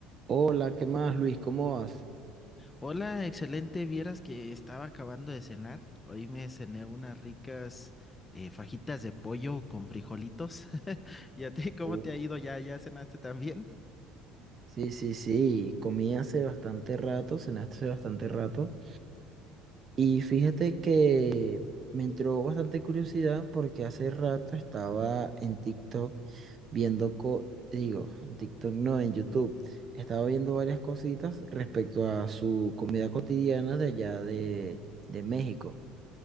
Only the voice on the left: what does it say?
Hola, excelente. Vieras que estaba acabando de cenar. Hoy me cené unas ricas eh, fajitas de pollo con frijolitos. <laughs> ¿Y a ti cómo
te ha ido? ¿Ya, ya cenaste también?